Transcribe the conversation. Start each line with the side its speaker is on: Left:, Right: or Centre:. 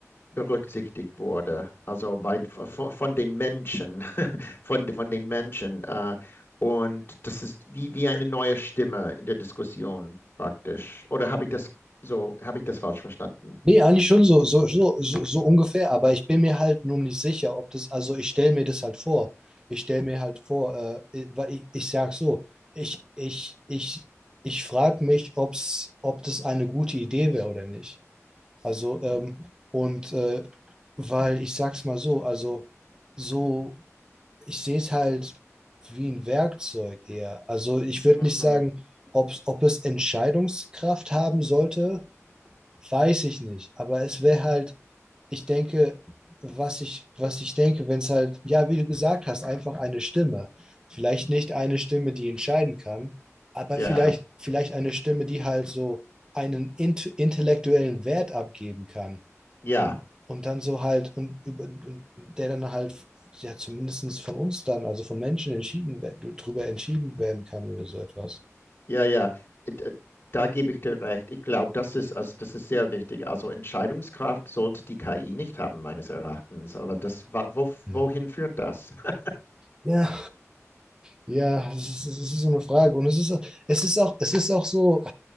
Left: berücksichtigt wurde, also bei, von, den Menschen, <laughs> von, von den Menschen. Äh, und das ist wie, wie eine neue Stimme in der Diskussion praktisch. Oder habe ich das so, habe ich das falsch verstanden?
Right: Nee, eigentlich schon so, so, so, so, so ungefähr, aber ich bin mir halt nur nicht sicher, ob das, also ich stelle mir das halt vor. Ich stelle mir halt vor, äh, weil ich, ich sag so, ich, ich, ich, ich frage mich, ob's, ob das eine gute Idee wäre oder nicht. Also, ähm, und äh, weil ich sag's mal so, also so, ich sehe es halt wie ein Werkzeug eher. Also ich würde
Left: Mhm.
Right: nicht sagen, ob ob es Entscheidungskraft haben sollte, weiß ich nicht. Aber es wäre halt, ich denke, was ich, was ich denke, wenn es halt, ja, wie du gesagt hast, einfach eine Stimme. Vielleicht nicht eine Stimme, die entscheiden kann, aber
Left: Ja,
Right: vielleicht, vielleicht eine Stimme, die halt so einen int intellektuellen Wert abgeben kann.
Left: ja,
Right: Und, und dann so halt, und, über- und der dann halt, ja, zumindest von uns dann, also von Menschen entschieden, we- drüber entschieden werden kann oder so etwas.
Left: ja, ja. Da gebe ich dir recht. Ich glaube, das ist, also das ist sehr wichtig. Also Entscheidungskraft sollte die KI nicht haben, meines Erachtens. Aber das, wo,
Right: Hm.
Left: wohin führt das? <laughs>
Right: Ja, ja, es ist, es ist so eine Frage. Und es ist, auch- es ist auch, es ist auch so,